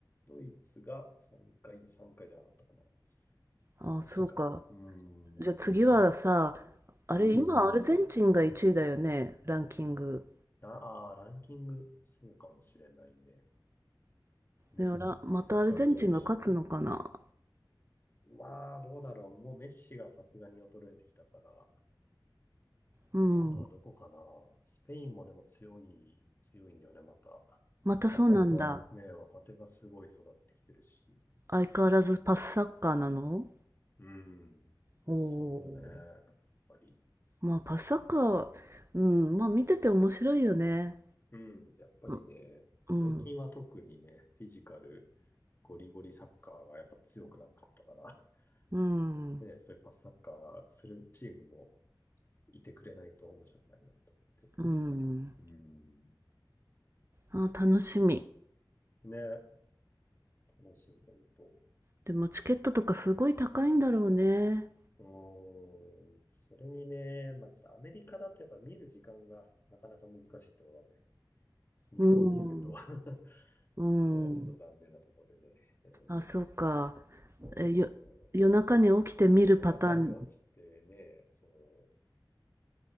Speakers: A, on the left (about 30°); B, on the right (about 35°).
A: ドイツが3回、3回じゃなかったかな。
B: あそうか。
A: 確か。うーん。
B: じゃあ次はさ、あれ、
A: うー
B: 今アルゼンチンが1位だよね、
A: ん。
B: ランキング。
A: ラ、ああ、ランキング、そうかもしれないね。ねえ。
B: でもらまたアルゼンチンが勝つのかな？
A: 前回王者だし。まあ、どうだろう。もうメッシがさすがに衰えてきたから、
B: うん。
A: 今度はどこかな。スペインもでも強い、強いんだよね、また。
B: またそうなんだ。
A: 若手が、ね、若手がすごい育ってきてるし。
B: 相変わらずパスサッカーなの
A: うん。
B: おお
A: そうだね。やっぱり。
B: ー。まあパスサッカー、うん、まあ見てて面白いよね。
A: うん。やっぱりね、
B: う、
A: 最近は特にね、
B: うん、
A: フィジカル、ゴリゴリサッカーがやっぱ強くなかったから、
B: うん、
A: <laughs> ね、そういうパスサッカーするチームもいてくれないと面白くないなと思って。
B: うん。
A: うん。
B: あ、楽しみ。
A: ね、楽しい、本当。
B: でもチケットとかすごい高いんだろうね。
A: うーん。それにね、まあ、ちょっとアメリカだとやっぱ見る時間がなかなか難しいってのがね、日本にいると
B: うん、
A: <laughs>
B: う
A: そこがちょっと残念なところでね、
B: ん。
A: えー
B: あ、そうか。
A: そうそうそ
B: え、よ、夜中に起きて見るパターン。
A: う。夜中に起きてね、そ